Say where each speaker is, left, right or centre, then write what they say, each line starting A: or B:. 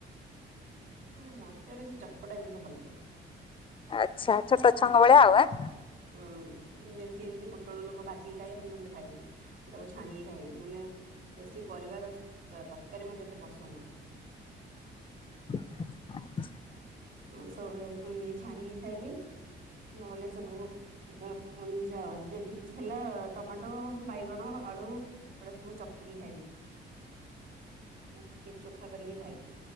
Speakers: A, on the right; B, on the left.
A: ଉଁ ମୋତେ ବେଶୀ ଚଟପଟା ଜିନିଷ ଭଲ ଲାଗେ।
B: ଆଛା ଆଛା ଛୋଟ ଛୁଆଙ୍କ ଭଳିଆ ଆଉ ଆଁ।
A: ଉଁ ଯେମିତି ଏମିତି ପୋଟଳ ଲୋକ ଭାଜିକି ଖାଇବେ ମୁଁ ଏମିତି ଖାଇବିନି। ତାକୁ ଛାଣିକି ଖାଇବି ମାନେ ବେଶୀ ପରିବାର ତରକାରୀ ମତେ ଏତେ ପସନ୍ଦ ନୁହ।
B: ହ <inaudible>
A: ମୁଁ ସବୁବେଳେ ଏମିତି ଛାଣିକି ଖାଇବି ନହେଲେ ସବୁ ଆ ଯ ଯଦି କିଛି ହେଲା ଟମାଟୋ ବାଇଗଣ ଆଳୁ ଏଗୁଡା ସବୁ ଚକଟିକି ଖାଇବି, ନହେଲେ ଟିକେ ଚୋଖା କରିକି ଖାଇବି।